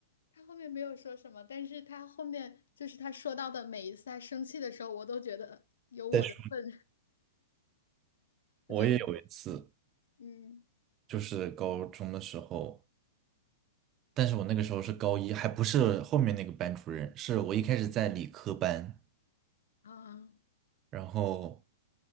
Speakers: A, on the left; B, on the right.
A: 他后面没有说什么，但是他后面就是他说到的每一次他生气的时候，我都觉得有我的份，
B: 再说，我也有一次，
A: <laughs> 就是嗯
B: 就是高中的时候，但是我那个时候是高一，还不是后面那个班主任，是我一开始在理科班，
A: 啊
B: 然后，